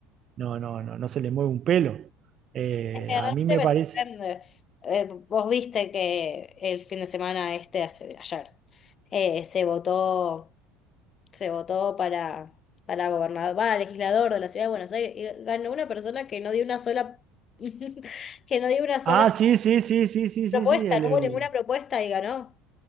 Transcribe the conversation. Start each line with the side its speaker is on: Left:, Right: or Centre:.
Right: no, no, no, no se le mueve un pelo. Eh,
Left: Es que
Right: a
Left: realmente
Right: mí me
Left: me
Right: parece.
Left: sorprende. Eh, vos viste que el fin de semana este, hace, ayer, eh, se votó, se votó para, para gobernador, va, legislador de la ciudad de Buenos Aires, y ganó una persona que no dio una sola, <laughs> que no dio una sola
Right: Ah, sí, sí, sí, sí, sí,
Left: propuesta,
Right: sí, sí, el,
Left: no
Right: el-
Left: hubo ninguna propuesta y ganó.